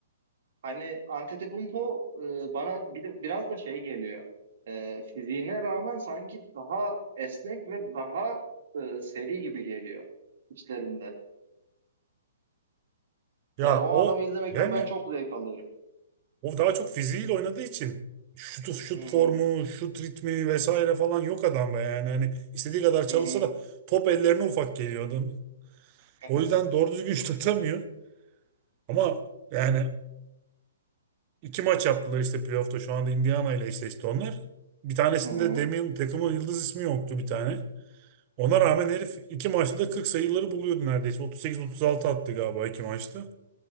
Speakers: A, on the right; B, on the right.
A: Hani Antetokounmpo e, bana bir de, biraz da şey geliyor. E, fiziğine rağmen sanki daha esnek ve daha e, seri gibi geliyor işlerinde.
B: Ya
A: Yani o
B: o
A: adamı izlemekten
B: yani
A: ben çok zevk alıyorum.
B: o daha çok fiziğiyle oynadığı için şut, şut
A: Hı hı
B: formu, şut ritmi vesaire falan yok adamda yani. Hani istediği kadar çalışsa
A: hı hı
B: da top ellerine ufak geliyor adam.
A: <laughs>
B: O yüzden doğru düzgün <laughs> şut atamıyor. Ama yani İki maç yaptılar işte playoff'ta. Şu anda Indiana ile eşleşti onlar. Bir tanesinde
A: hı hı.
B: Damian takımın yıldız ismi yoktu bir tane. Ona rağmen herif iki maçta da 40 sayıları buluyordu neredeyse. 38-36 attı galiba iki maçta.